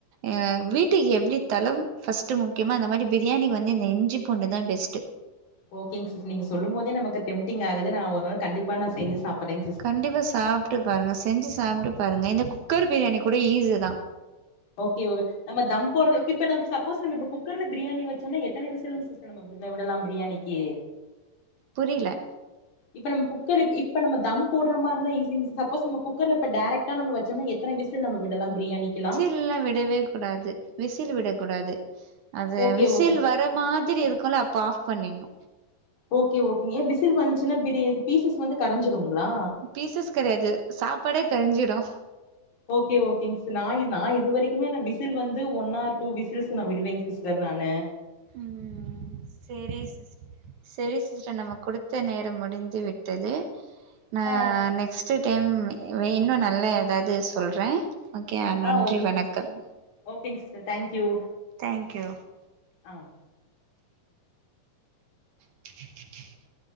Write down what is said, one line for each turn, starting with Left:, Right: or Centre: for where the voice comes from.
Right: அ வீட்டுக்கு எப்டி தளம் ஃபஸ்ட்டு முக்கியமோ அந்த மாரி பிரியாணிக்கு வந்து இந்த இஞ்சி பூண்டு தா பெஸ்ட்டு
Left: ஓகேங்க சிஸ் நீங்க சொல்லும் போதே நமக்கு டெம்டிங் ஆகுது நா ஒரு நாள் கண்டிப்பா நா செஞ்சு சாப்புறே சி
Right: கண்டிப்பா சாப்ட்டு பாருங்க செஞ்சு சாப்ட்டு பாருங்க இந்த குக்கர் பிரியாணி கூட ஈஸி தா
Left: ஓகே நம்ம தம் போற இப்ப நம் சப்போஸ் நம்ம இப்ப குக்கர்ல பிரியாணி வச்சோனா எத்தன விசில்ங்க சிஸ் நம்ம வீட்ல விடலா பிரியாணிக்கி
Right: புரியில
Left: இப்ப நம்ம குக்கர் இப்ப நம்ம தம் போட்ற மாரி இருந்தா ஈஸிங் சிஸ் சப்போஸ் நம்ம குக்கர்லப்ப டேரக்டா நம்ம வச்சோம்னா எத்தன விசில் நம்ம விடல்லாம் பிரியாணிக்கிலா
Right: விசில்லா விடவே கூடாது விசில் விடக்கூடாது அது
Left: ஓகே
Right: விசில்
Left: ஓகே
Right: வர் ற மாதிரி இருக்கூல அப்ப ஆஃப் பண்ணிண்ணு
Left: ஓகே ஓகேங்க ஏ விசில் வந்துச்சுன்னா பிரி பீசஸ் வந்து கரஞ்சிருங்ளா
Right: பீசஸ் கரையாது சாப்பாடே கரஞ்சிரு
Left: ஓகே ஓகேங்க சிஸ் நா நா இது வரைக் குமே நா விசில் வந்து ஒன் ஆர் டூ விசில்ஸ் நா விடுவேங் சிஸ்டர் நானு
Right: ம் சேரி சிஸ் சேரி சிஸ்டர் நம்ம குடுத்த நேரம் முடிந்து விட்டது நா
Left: ஆ
Right: நெக்ஸ்ட் டைம் இன்னு நல்ல ஏதாவ்து சொல்றே ஓகே நன்றி
Left: ஆ ஓகே
Right: வணக்கம்
Left: ஓகேங் sister thank you
Right: thank you
Left: ஆம்
Right: <inaudible>